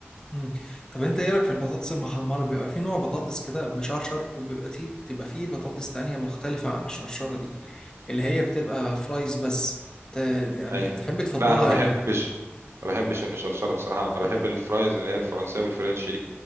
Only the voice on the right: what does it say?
ايوه
لا انا ما بحبش
ما بحبش المشرشره بصراحه انا بحب الفرايز اللي هي الفرنسيه والفرنش